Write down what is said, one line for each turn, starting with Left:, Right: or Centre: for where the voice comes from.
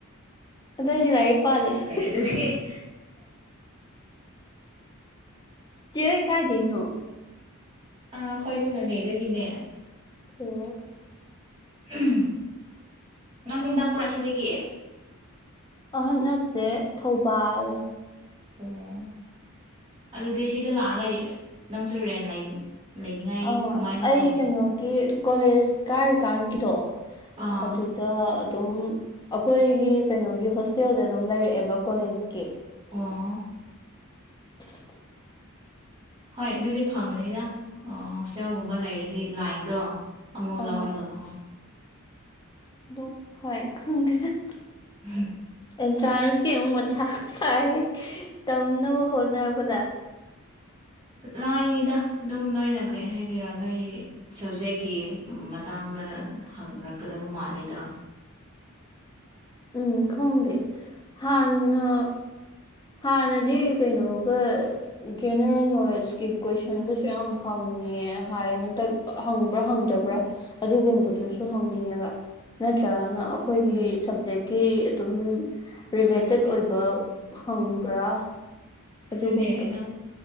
Left: ꯑꯗꯣ ꯑꯩꯗꯤ ꯂꯥꯏꯔꯤꯛ ꯄꯥꯗꯦꯗ
Right: ꯗꯨꯗꯤ
Left: ꯆꯦ ꯍꯣꯏ ꯀꯥꯏꯗꯩꯅꯣ
Right: ꯑꯥ ꯑꯈꯣꯏꯗꯤ ꯅꯣꯅꯦꯗꯒꯤꯅꯦ
Left: ꯑꯣ
Right: ꯎꯝ ꯅꯪꯗꯤ ꯅꯛꯄ꯭ꯔꯥ ꯑꯁꯤꯗꯒꯤ
Left: ꯑꯍꯟ ꯅꯠꯇꯦ ꯊꯧꯕꯥꯜ
Right: ꯑꯣ ꯑꯗꯨꯗꯤ ꯁꯤꯗ ꯂꯥꯛꯔꯒ ꯅꯪꯁꯨ ꯔꯦꯟ ꯂꯩ ꯂꯩꯅꯤꯡꯉꯥꯏ
Left: ꯑꯥ
Right: ꯀꯃꯥꯏꯅ
Left: ꯑꯩ
Right: ꯇꯧꯅꯤ
Left: ꯀꯩꯅꯣꯒꯤ ꯀꯣꯂꯦꯖ ꯀꯥꯔꯤꯀꯥꯟꯒꯤꯗꯣ
Right: ꯑꯥ
Left: ꯑꯗꯨ ꯇꯥ ꯑꯗꯨꯝ ꯑꯈꯣꯏꯒꯤ ꯀꯩꯅꯣꯒꯤ ꯍꯣꯁꯇꯦꯜꯗ ꯑꯗꯨꯝ ꯂꯩꯔꯛꯑꯦꯕ ꯀꯣꯂꯦꯖꯀꯤ
Right: ꯑꯣ
Left: <inaudible>
Right: ꯍꯣꯏ ꯑꯗꯨꯗꯤ ꯐꯪꯒꯅꯤꯗ ꯑꯣ ꯁꯦꯜꯒꯨꯝꯕ ꯂꯩꯔꯗꯤ ꯂꯥꯏꯟꯗꯣ ꯑꯃꯨꯛ
Left: ꯑꯥ
Right: ꯂꯧꯔꯒꯥꯀꯣ
Left: ꯗꯨ ꯍꯣꯏ ꯈꯪꯗ‌ꯦꯗ
Right: ꯎꯝ
Left: ꯑꯦꯟꯇ꯭ꯔꯥꯟꯁ ꯀꯤ ꯑꯃꯨꯛ ꯃꯊꯥ ꯁꯥꯏ ꯇꯝꯅꯕ ꯍꯣꯠꯅꯔꯛꯄꯗ
Right: ꯂꯥꯏꯅꯤꯗ ꯑꯗꯨꯝ ꯅꯣꯏꯅ ꯀꯩ ꯍꯥꯏꯗꫭꯔꯥ ꯅꯣꯏ ꯁꯕꯖꯦꯛꯀꯤ ꯃꯇꯥꯡꯗ ꯍꯪꯔꯛꯀꯥꯗꯕ ꯃꯥꯜꯂꯦꯗ
Left: ꯎꯝ ꯈꯪꯗ‌ꯦ ꯍꯥꯟꯅ ꯍꯥꯟꯅꯗꯤ ꯀꯩꯅꯣꯒ ꯖꯦꯅꯦꯔꯦꯜ ꯅꯣꯂꯦꯖꯀꯤ ꯀꯣꯏꯁꯟꯒꯁꯨ ꯌꯥꯝ ꯍꯪꯉꯦ ꯍꯥꯏ ꯍꯟꯇꯛ ꯍꯪꯕ꯭ꯔꯥ ꯍꯪꯗꯕ꯭ꯔꯥ ꯑꯗꯨꯒꯨꯝꯕꯗꯨꯁꯨ ꯍꯪꯅꯤꯡꯉꯦꯕ ꯅꯠꯇ꯭ꯔꯥꯒꯅ ꯑꯈꯣꯏꯒꯤ
Right: ꯎꯝ
Left: ꯁꯕꯖꯦꯛ ꯀꯤ ꯑꯗꯨꯝ ꯔꯤꯂꯦꯇꯦꯠ
Right: ꯍꯣꯏ ꯔꯤꯂꯦꯠ
Left: ꯑꯣꯏꯕ
Right: ꯇꯧ ꯎꯝ
Left: ꯍꯪꯕ꯭ꯔꯥ
Right: ꯑꯗꯨꯅꯦ
Left: ꯑꯗꯨꯒꯨꯝꯕꯗꯣ
Right: ꯏꯅꯥꯎ